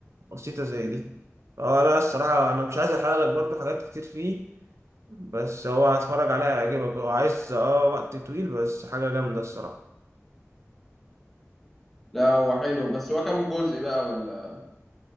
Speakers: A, on the right (about 65°); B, in the centre.
A: بسيطة زي دي اه لا الصراحة انا مش عايز احرق لك برضو حاجات كتير فيه بس هو هتفرج عليها هيعجبك هو عايز اه وقت طويل بس حاجة جامدة الصراحة
B: لا هو حلو بس هو كام جزء بقى ولا